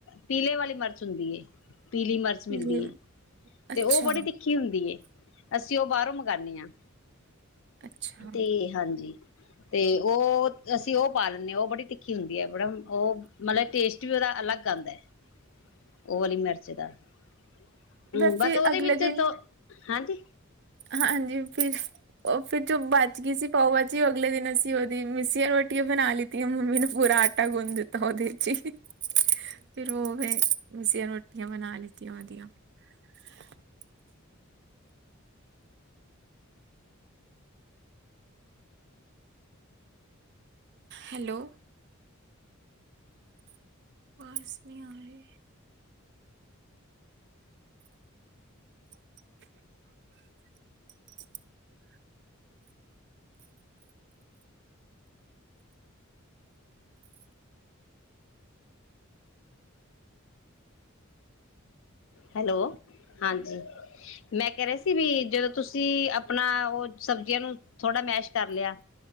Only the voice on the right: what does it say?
ਲੀਮ-
ਅੱਛਾ,
ਅੱਛਾ
ਵੈਸੇ
ਅਗਲੇ
ਦਿਨ
ਹਾਂਜੀ ਫਿਰ ਉਹ ਫਿਰ ਜੋ ਬਚ ਗਈ ਸੀ ਪਾਓ ਵਚੀ ਅਗਲੇ ਦਿਨ ਅਸੀਂ ਉਹਦੀ ਮਸੀੀਆਂ ਰੋਟੀਆਂ ਬਣਾ ਲਤੀਆਂ ਮੰਮੀ ਨੇ ਪੂਰਾ ਆਟਾ ਗੁੰਨ ਦਿੱਤਾ ਉਹਦੇ ਚ ਹੀ ਫਿਰ ਉਹ ਫ ਮਸੀਆਂ ਰੋਟੀਆਂ ਬਣਾ ਲਿੱਤੀਆਂ ਉਹਦੀਆਂ <inaudible> ਹੈਲੋ ਬਾਰਿਸ਼ ਨੀ ਆ ਰਹੀ। <inaudible> <inaudible>